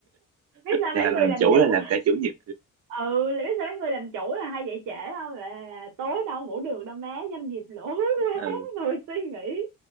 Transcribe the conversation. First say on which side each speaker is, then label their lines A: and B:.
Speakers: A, on the right; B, on the right.
A: biết sao
B: làm
A: mấy người
B: làm
A: làm
B: chủ
A: chủ
B: là làm cả chủ nhật
A: ừ là biết sao mấy người làm chủ là hay dậy trễ không là, là tối đâu ngủ được đâu má doanh nghiệp lỗ quá
B: ừ.
A: <laughs> người suy nghĩ